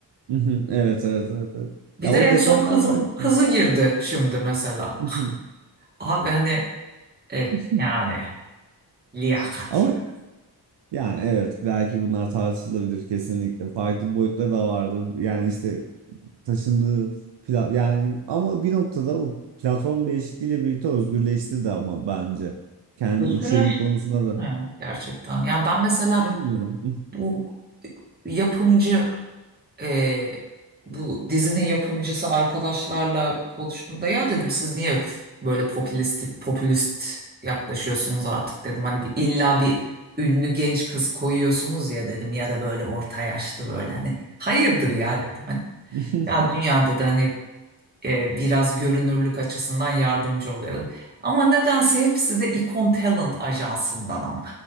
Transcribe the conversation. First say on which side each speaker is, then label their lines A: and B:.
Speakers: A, on the right (about 75°); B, on the right (about 20°).
A: mhm. Evet evet evet. evet.
B: Bir
A: Ya
B: de
A: o
B: en
A: detaylar
B: son kızı
A: farklı.
B: kızı girdi şimdi mesela.
A: Mhm.
B: <laughs> Abi hani e,
A: <laughs>
B: yani liyakat
A: Ama
B: ya.
A: yani evet belki bunlar tartışılabilir kesinlikle. Farklı boyutları da vardır. Yani işte taşındığı pla- yani ama bir noktada o platform değişikliğiyle birlikte özgürleşti de ama bence. Kendi
B: Özgürleşti
A: içeriği konusunda da
B: mi ya gerçekten? Ya ben mesela
A: bilemiyorum.
B: Bu yapımcı e, bu dizinin yapımcısı arkadaşlarla konuştuğumda ya dedim siz niye böyle popülist popülist yaklaşıyorsunuz artık dedim. Hani bir, illa bir ünlü genç kız koyuyorsunuz ya dedim ya da böyle orta yaşlı böyle hani hayırdır ya dedim. Hani
A: <laughs>
B: ya dünya dedi hani e, biraz görünürlük açısından yardımcı oluyor dedim. Ama nedense hepsi de Icon Talent ajansından ama